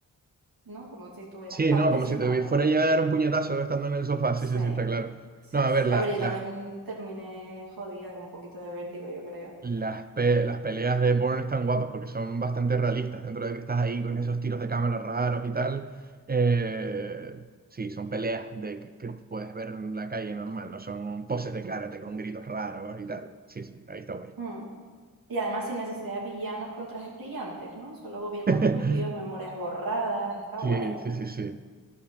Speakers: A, on the right; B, on the right.
A: ¿no? Como si estuvieras
B: Sí,
A: participando.
B: no, como si te fuera a llegar un puñetazo estando en el sofá,
A: Sí,
B: sí, sí, sí, está claro.
A: sí,
B: No, a
A: sí.
B: ver, las,
A: A ver, yo también
B: las
A: terminé jodida con un poquito de vértigo, yo creo.
B: Las, pe- las peleas de Bourne están guapas porque son bastante realistas, dentro de que estás ahí con esos tiros de cámara raros y tal. eh, sí, son peleas de, que, que puedes ver en la calle normal, no son poses de karate con gritos raros y tal. Sí, sí, ahí está guay.
A: Mm. Y además sin necesidad de villanos con trajes brillantes, ¿no? Solo gobiernos
B: <laughs>
A: turbios, memorias borradas, está
B: Sí,
A: guay.
B: sí, sí, sí.